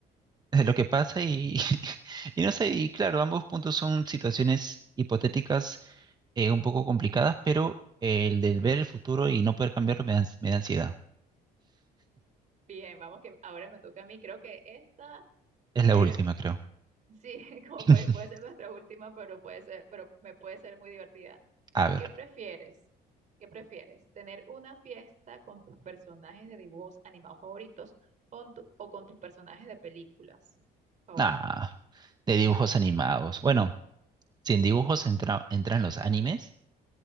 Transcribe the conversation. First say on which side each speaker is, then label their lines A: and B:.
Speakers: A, on the right; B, on the right.
A: <laughs> de lo que pasa y, <laughs> y no sé, y claro, ambos puntos son situaciones hipotéticas eh, un poco complicadas, pero eh, el del ver el futuro y no poder cambiarlo me da, ans- me da ansiedad.
B: Bien, vamos que ahora me toca a mí. Creo que esta,
A: Es la
B: eh,
A: última, creo.
B: sí, <laughs> como
A: <laughs>
B: puede, puede ser nuestra última, pero puede ser, pero me puede ser muy divertida.
A: A ver,
B: ¿Qué prefieres? ¿Qué prefieres? ¿Tener una fiesta con tus personajes de dibujos animados favoritos o, en tu- o con tus personajes de películas favoritos?
A: nada, de dibujos animados. Bueno, si en dibujos entra- entran los animes,